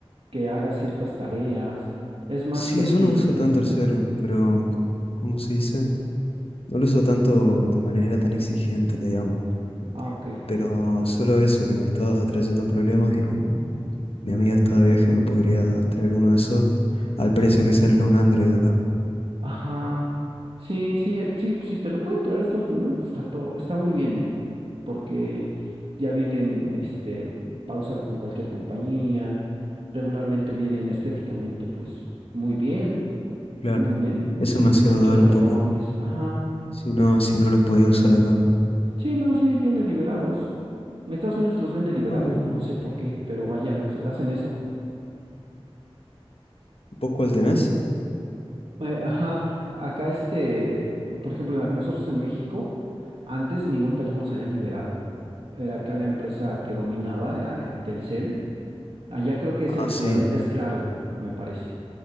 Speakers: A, on the right; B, on the left.
A: que haga ciertas tareas. Es más
B: Sí,
A: flexible.
B: yo no uso tanto el celu, pero, ¿cómo se dice? No lo uso tanto de manera tan exigente, digamos,
A: Ah, ok.
B: pero solo eso que me está trayendo problemas y como mi amiga está de viaje me podría traer uno de esos al precio que sale un Android acá.
A: Ajá. Sí, sí, eh, sí, si te lo pueden traer a Estados Unidos, pues está todo, está muy bien, ¿eh? Porque ya vienen, este, para usarlo con cualquier compañía, regularmente vienen estéticamente, pues, muy bien,
B: Claro.
A: muy bien,
B: Eso
A: sin
B: me ha sido
A: muchos
B: dudar
A: rayones,
B: un poco.
A: ajá.
B: Si no, si no lo podía usar acá.
A: Sí, no, sí, vienen liberados. En Estados Unidos los venden liberados,
B: Ah, bien.
A: no sé por qué, pero vaya, los hacen eso.
B: ¿Vos cuál tenés?
A: Eh, Ajá, acá este, por ejemplo, la- nosotros en México, antes ningún teléfono se había liberado. Era acá la empresa que dominaba, era eh, Telcel. Allá creo que es
B: Ah,
A: el equivalente,
B: sí.
A: es Claro, me parece.